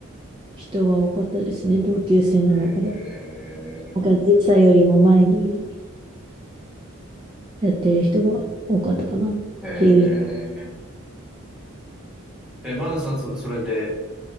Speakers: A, on the right; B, in the centre.
A: 人が多かったですね。同級生の中では。
B: え
A: なんか実際よりも前にやってる人が多かったかなっていう。
B: ー、えー、え、マーナさん、そ、それで、